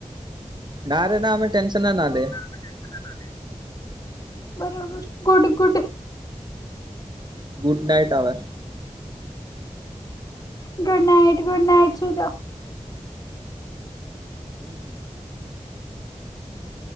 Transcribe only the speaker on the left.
<unintelligible> બરોબર ગુડ ગુડ
ગુડ નાઈટ ગુડ નાઈટ સુુંઈ જાવ.